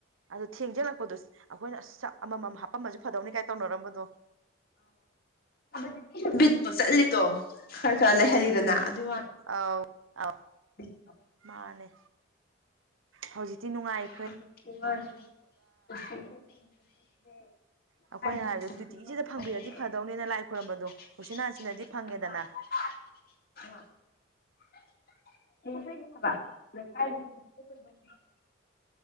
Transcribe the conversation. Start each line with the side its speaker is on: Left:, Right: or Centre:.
Right: ꯑꯗꯨ ꯊꯦꯡꯖꯤꯜꯂꯛꯄꯗꯣ ꯑꯈꯣꯏꯅ ꯑꯁ ꯆꯞ ꯑꯃꯃꯝ ꯍꯥ ꯐꯗꯧꯅꯤ ꯀꯥꯏ ꯇꯧꯅꯔꯝꯕꯗꯣ
Left: ꯍꯥꯏꯕꯗꯤ ꯃꯤꯁꯨ ꯕꯤꯠꯇꯣ ꯆꯠꯂꯤꯗꯣ ꯈꯔ ꯈꯔ ꯂꯩꯍꯜꯂꯤꯗꯅ ꯑꯗꯨꯏ ꯋꯥ
Right: ꯑꯥꯎ ꯑ
Left: ꯎꯝ
Right: ꯃꯥꯅꯦ ꯍꯧꯖꯤꯛꯇꯤ ꯅꯨꯡꯉꯥꯏ
Left: <unintelligible> ꯍꯥꯏ
Right: ꯑꯩꯈꯣꯏꯅ
Left: <unintelligible>
Right: ꯍꯥꯏꯕꯗꯣ ꯇꯨꯇꯤꯁꯤꯗ ꯐꯪꯕꯤꯔꯗꯤ ꯐꯗꯧꯅꯤꯅ
Left: ꯑ
Right: ꯂꯥꯏ ꯈꯣꯏꯔꯝꯕꯗꯣ ꯎꯆꯤꯟ ꯅꯥꯆꯤꯟꯅꯗꯤ ꯐꯪꯉꯦꯗꯅ
Left: <unintelligible> ꯂꯩꯀꯥꯏꯒꯤ <unintelligible>